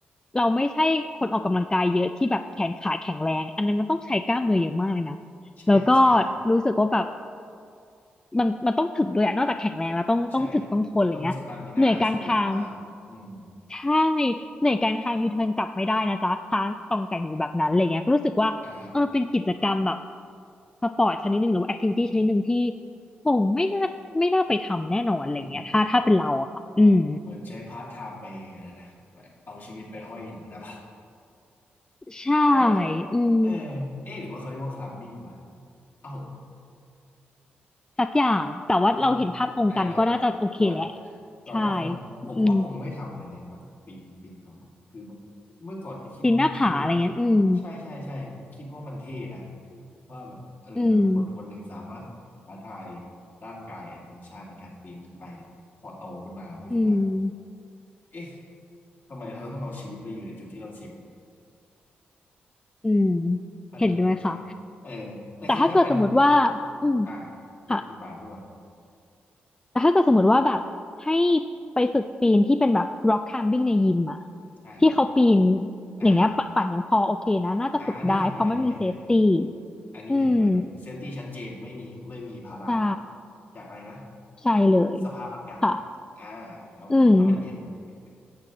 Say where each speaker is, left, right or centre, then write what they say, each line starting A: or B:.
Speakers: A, on the left; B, on the left.
A: เราไม่ใช่คนออกกำลังกายเยอะที่แบบแขนขาแข็งแรงอันนั้นมันต้องใช้กล้ามเนื้อเยอะมากเลยนะ
B: ใช่ใช่
A: แล้วก็รู้สึกว่าแบบมันมันต้องถึกด้วยอะนอกจากแข็งแรงแล้วต้องต้องถึกต้องทนอะไรเงี้ยเหนื่อยกลางทาง
B: ใช่ต้องสตามิน่าสูงมาก อืม
A: ใช่ในการทางยูเทิร์นกลับไม่ได้นะจ๊ะค้างตองแต่งอยู่แบบนั้นอะไรเงี้ยก็รู้สึกว่าเออเป็นกิจกรรมแบบ
B: อ่าฮะ
A: สปอร์ตชนิดหนึ่งหรือว่าแอคทิวิตี้ชนิดหนึ่งที่คงไม่น่าไม่น่าไปทำแน่นอนอะไรเงี้ยถ้าถ้าเป็นเราอะค่ะอืม
B: อืม เหมือนใช้พาร์ทไทม์ไปอะไรนะ เอาชีวิตไปห้อยอยู่นะพัด <laughs>
A: ใช่
B: ใช่ไหม
A: อืม
B: เออเอ๊ะหรือว่าเขาเรียกว่าคลัมบิ้งวะเอ้า
A: สักอย่างแต่ว่าเราเห็นภาพตรงกันก็น่าจะโอเคแหละ
B: เอาเหอะเออเราเห็นว่าเราก็คงผมก็คงไม่ทำเหมือนกันครับปีนปีนเขาคือ
A: ใช่อืม
B: เมื่อก่อนก็คิดว่ามันเท่นะ
A: ปีนหน้าผาอะไรเงี้ยอืม
B: ใช่ใช่ใช่คิดว่ามันเท่นะว่าแบบเออคนคนหนึ่งสามารถท้าทาย
A: อืม
B: ร่างกายกับธรรมชาติในการปีนขึ้นไปพอโตขึ้นมาก็คิดว่า
A: อืม
B: เอ๊ะทำไมเราต้องเอาชีวิตไปอยู่ในจุดที่เราเสี่ยง
A: อืม
B: ขนาดนั้นใช่ไหมเออแต่คือถ้าเป็น
A: เห็นด้วยค่ะแต่ถ้าเกิดสมมติว่าอืม
B: อ่าคุณคุณป่านพูดก่อน
A: ค่ะ แต่ถ้าเกิดสมมติว่าแบบให้ไปฝึกปีนที่เป็นแบบ rock climbing ในยิมอะ
B: ใช่
A: ที่เขาปีน
B: อ่าอ่า
A: อย่างเงี้ยปะปั่นยังพอโอเคนะน่าจะฝึกได้เพราะมันมี
B: อ่าอันนี้เห็นด้วยอันนี้เห็นด้วย
A: safety
B: อันนี้เห็นด้วยเซฟตี้ชัดเจนไม่มีไม่มีภาระ
A: อืมใช่
B: อยากอะไรนะ
A: ใช่เลย
B: สภาพอากาศ
A: ค่ะ
B: อ่าแล้วแล้วมันเย็นแล้วมันเย็น
A: อืม